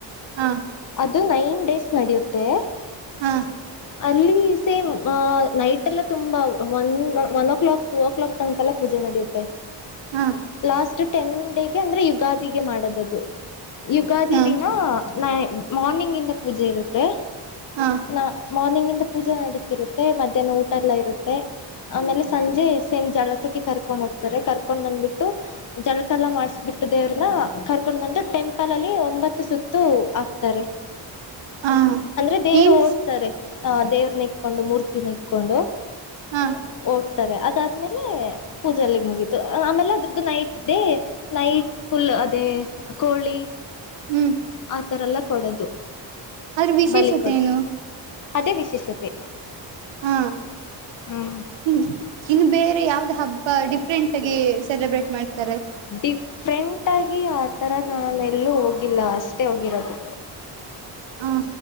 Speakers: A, on the right (about 80°); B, on the left (about 45°).
A: ಹಾ
B: ಅದು ನೈನ್ ಡೇಸ್ ನಡೆಯುತ್ತೆ.
A: ಹ
B: ಅಲ್ಲಿ ಸೇಮ್ ನೈಟ್ ಎಲ್ಲಾ ತುಂಬಾ one one o'clock two o'clock ತನಕಲ ಪೂಜೆ ನಡೆಯುತ್ತೆ
A: ಹ
B: ಲಾಸ್ಟ್ ಟೆನ್ ಡೇಗೆ ಅಂದ್ರೆ ಯುಗಾದಿಗೆ ಮಾಡೊದ್ದ್ ಅದು ಯುಗಾದಿ
A: ಹಾ
B: ದಿನ ನ ಮಾರ್ನಿಂಗ್ ಇಂದ ಪೂಜೆ ಇರುತ್ತೆ
A: ಹಾ
B: ನ ಮಾರ್ನಿಂಗ್ ಇಂದ ಪೂಜೆ ನಡೀತಿರುತ್ತೆ ಮಧ್ಯಾಹ್ನ ಊಟ ಎಲ್ಲ ಇರುತ್ತೆ ಆಮೇಲೆ ಸಂಜೆ ಸೇಮ್ ಜಳಕಕ್ಕೆ ಕರ್ಕೊಂಡ್ ಹೋಗ್ತಾರೆ ಕರ್ಕೊಂಡ್ ಬಂದ್ಬಿಟ್ಟು ಜಳಕ ಎಲ್ಲಾ ಮಾಡ್ಸ್ ಬಿಟ್ಟು ದೇವ್ರನ್ನ ಕರ್ಕೊಂಡ್ ಬಂದು ಟೆಂಪಲ್ ಅಲ್ಲಿ ಒಂಬತ್ತು ಸುತ್ತು ಹಾಕ್ತಾರೆ
A: ಹಾ
B: ಅಂದ್ರೆ ದೇವರು
A: ಏನ್
B: ಓಡ್ತಾರೆ ಅ ದೇವರನ ಇಟ್ಕೊಂಡು ಮೂರ್ತಿನ ಇಟ್ಕೊಂಡು
A: ಹಾ
B: ಓಡ್ತಾರೆ ಅದದ್ ಮೇಲೆ ಪೂಜೆ ಅಲ್ಲಿಗ್ ಮುಗೀತು ಆಮೇಲೆ ಅದ್ರದ್ದು ನೈಟ್ ಡೇ ನೈಟ್ ಪುಲ್ ಅದೇ ಕೋಳಿ
A: ಹ್ಮ್
B: ಅ ತರಲ್ಲ ಕೊಡದು
A: ಅದ್ರ ವಿಶೇಷತೆ
B: ಬಲಿ ಕೊಡದು
A: ಏನು
B: ಅದೇ ವಿಶೇಷತೆ.
A: ಹ
B: ಹ್ಞೂ
A: ಹ್ಮ್ ಇನ್ನು ಬೇರೆ ಯಾವ್ದು ಹಬ್ಬ ಡಿಫ್ರೆಂಟ್ ಆಗಿ ಸೆಲೆಬ್ರೇಟ್ ಮಾಡ್ತಾರೆ.
B: ಡಿಫ್ರೆಂಟಾಗಿ ಆತರ ನಾನೆಲ್ಲೂ ಹೋಗಿಲ್ಲ ಅಷ್ಟೇ ಹೋಗಿರೋದು.
A: ಹಾ